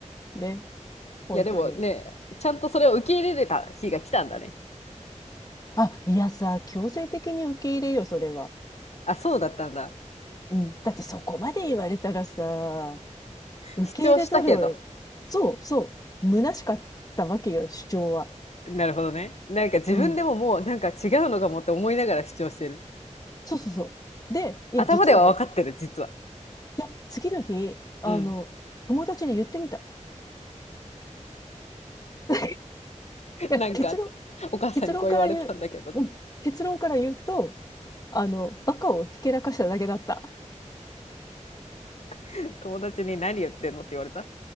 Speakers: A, on the left; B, on the left.
A: ね、本当に。
B: いやでもね、ちゃんとそれを受け入れれた日が来たんだね。
A: あ、いやさ、強制的に受け入れよ、それは。
B: あ、そうだったんだ。
A: うん。だってそこまで言われたらさ、受け入れざるを得、
B: 主張したけど。
A: そうそう、虚しかったわけよ、主張は。
B: なるほどね。なんか自分でももうなんか違うのかもって思いながら主張してる。
A: うん。そうそうそう。で、いや、
B: 頭では分かってる、
A: 実はね、
B: 実は。
A: いや、次の日、あの、
B: うん。
A: 友達に言ってみた。<laughs> い
B: <laughs>
A: や結論、
B: なんか、お母さんにこう言われたんだけどって。
A: 結論から言う、うん、結論から言うと、あの、バカをひけらかしただけだった。
B: <laughs> 友達に何言ってんのって言われた。